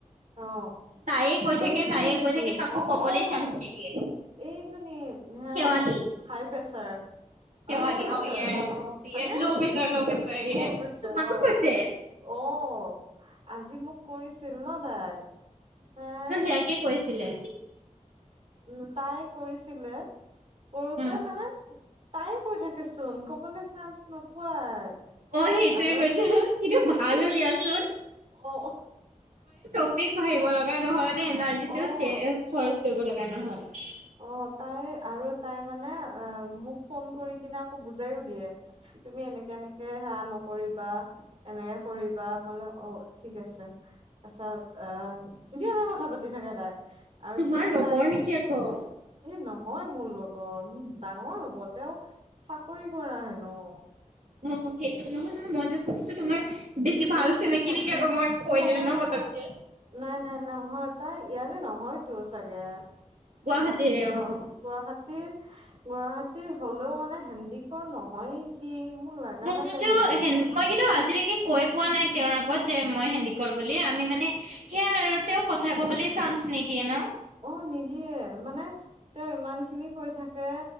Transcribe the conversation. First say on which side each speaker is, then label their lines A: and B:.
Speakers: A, on the right; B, on the right.
A: অ',
B: তায়ে কৈ থাকে
A: এইজনী
B: তায়ে
A: নেকি
B: কৈ থাকে কাকো
A: অ',
B: কবলৈ
A: অ',
B: চান্স নিদিয়ে
A: এইজনী। হা
B: শেৱালি
A: হাই প্ৰেচাৰ
B: শেৱালি
A: অ', ল' প্ৰেচাৰ
B: য়েছ
A: অ',
B: য়েছ
A: হয়নে।
B: Low pressure low pressure yes
A: low pressure
B: তোমাকো
A: অ',
B: কৈছে
A: অ'। আজি মোক কৰিছিল ন তাই। তাই
B: ত সিয়াকে কৈছিলে।
A: উম তাই কৰিছিলে কৰোতে
B: উম
A: মানে তাই কৈ থাকে চোন। কবলৈ চানস নোপোৱাই
B: অ সেইটোৱে
A: আৰু
B: কৈছো কিন্তু
A: আনকি
B: ভালো দিয়াচোন
A: অ'
B: অপিক ভাবিব লগা নহয় মানে এনাৰ্জিটো
A: অ
B: খৰচ কৰিব লগা নাই। নহয়।
A: অ', তাই আৰু তাই মানে, মোক ফোন কৰি কিনে আকৌ বুজাইও দিয়ে তুমি এনেকে এনেকে সেয়া নকৰিবা, এনেকে কৰিবা মান অ', ঠিক আছে। তাৰছত <unintelligible> কথা পাতি থাকে তাই। আৰু
B: তোমাৰ
A: ঠিক
B: লগৰ
A: টাইম
B: নেকি আকৌ?
A: এই নহয় মোৰ লগৰ মোৰ ডাঙৰ হ'ব তেওঁ চাকৰি কৰা হেনো।
B: অ', সেইটো নহয় নহয় মই যে সুধিছো তোমাৰ বেছি ভাল
A: নাই-নাই
B: চিনাকি
A: নহয়,
B: নেকি আকৌ মই কৈ
A: নহয়
B: দিলো ন
A: নহয়
B: পতককে
A: নাই নাই নহয় তাই ইয়াৰে নহয় তো চাগে।
B: গুৱাহাটী এ অ'।
A: গুৱাহাটীৰ গুৱাহাটীৰ হলেও মানে হেন্দিক নহয় নেকি মোৰ লাগা
B: মো-
A: নাই
B: মইতো
A: তাই হেণ্ডিকৰ
B: মই কিন্তু আজিলইকে কৈ পোৱা নাই তেওঁৰ আগত। যে মই হেন্দিকৰ বুলি আমি মানে সেয়া আৰু তেওঁ কথা কবলৈ চান্স নিদিয়ে ন।
A: অ', নিদিয়ে মানে তেওঁ ইমান খিনি কৈ থাকে